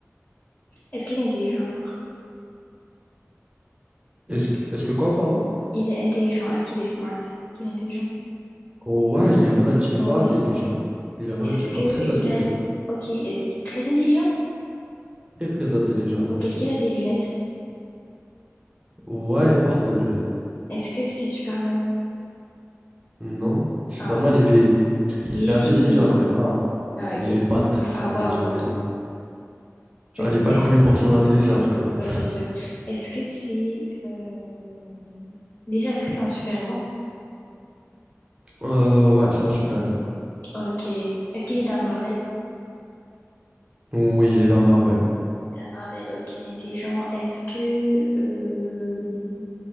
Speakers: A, on the left (about 30°); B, on the right (about 20°).
A: est-ce qu'il est intelligent, genre?
B: Est-ce que, est-ce que quoi, pardon?
A: Il est intelligent. Est-ce qu'il est smart? Est-ce qu'il est intelligent?
B: Ouais, il est relativement
A: Ouais.
B: intelligent. Il est relativement
A: Est-ce que
B: très
A: il
B: intelligent.
A: a, ok, est-ce qu'il est très intelligent?
B: Très, très intelligent,
A: Ok,
B: même, je
A: est-ce
B: dirais.
A: qu'il a des lunettes?
B: Ouais, il porte le jet.
A: Est-ce que c'est Superman?
B: Non, Superman,
A: Ah,
B: il est, il
A: mais si.
B: est intelligent, mais pas,
A: Ah, ok.
B: mais il est pas très
A: Enfin,
B: intelligent.
A: waouh.
B: Il est, genre,
A: Ok.
B: il est pas
A: Est-ce
B: connu pour son intelligence, quand même.
A: Ouais, c'est sûr. Est-ce que c'est... euh, Déjà, est-ce que c'est un super-héros?
B: Euh, ouais, c'est un super-héros.
A: Ok. Est-ce qu'il est dans Marvel?
B: Oui, il est dans Marvel.
A: Dans Marvel, ok, il est intelligent. Est-ce que... euh,